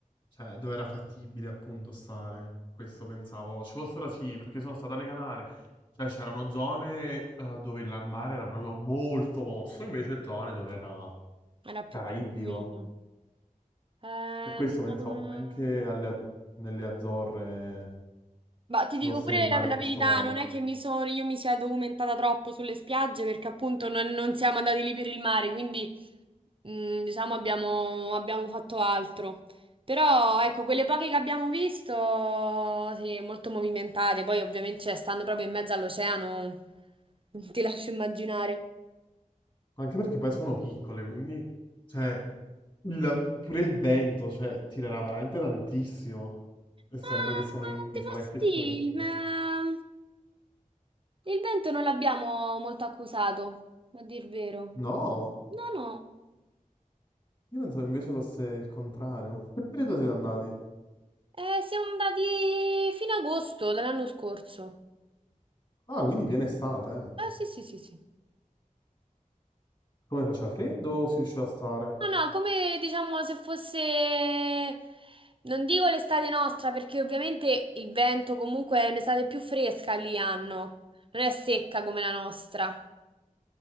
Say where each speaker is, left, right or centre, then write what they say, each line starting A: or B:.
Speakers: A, on the left; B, on the right.
A: cioè, dove era fattibile appunto stare. Questo pensavo. Ci fossero sì, perché sono stato alle Canarie. Cioè, c'erano zone eh, dove il mare era proprio molto mosso, invece zone dove era
B: era più
A: caraibico.
B: tranquillo. Eh,
A: Per questo pensavo
B: non-
A: che anche alle- nelle Azzorre
B: ma ti
A: ci
B: dico
A: fosse
B: pure
A: il mare
B: la, la
A: in questo
B: verità,
A: modo.
B: non è che mi sono, io mi sia documentata troppo sulle spiagge perché appunto non, non siamo andati lì per il mare, quindi mm, diciamo abbiamo, abbiamo fatto altro. Però ecco, quelle poche che abbiamo visto, sì, molto movimentate, poi ovviamente cioè, stando proprio in mezzo all'oceano, <laughs> non ti lascio immaginare.
A: Anche perché poi sono piccole, quindi, cioè, Il- pure il vento, cioè, tirerà veramente tantissimo, essendo
B: Ma
A: che sono isolette
B: ti posso
A: piccole
B: dire,
A: piccole.
B: ma il vento non l'abbiamo molto accusato, a dir vero.
A: No,
B: No, no.
A: io pensavo invece fosse il contrario. Che periodo siete andati?
B: Eh, siamo andati fino a agosto dell'anno scorso.
A: Ah, quindi piena estate, eh.
B: Eh sì, sì, sì, sì.
A: Come faceva freddo o si riusciva a stare?
B: No, no, come diciamo se fosse, non dico l'estate nostra, perché ovviamente il vento comunque è un'estate più fresca lì hanno, non è secca come la nostra.